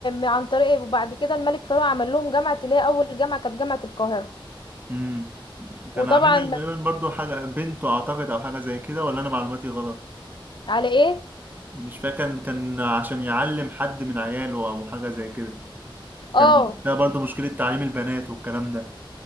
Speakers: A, on the left (about 60°); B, on the right (about 20°).
A: عن طريق إيه، وبعد كده الملك فاروق عمل لهم جامعه اللي هي اول جامعه كانت جامعه القاهره
B: امم كان
A: وطبعا
B: عاملها
A: ما-
B: غالبا برضو حاجه بنته اعتقد او حاجه زي كده ولا انا معلوماتي غلط
A: على ايه
B: مش فاكر كان كان عشان يعلم حد من عياله او حاجه زي كده
A: اه
B: كان ده برضو مشكله تعليم البنات والكلام ده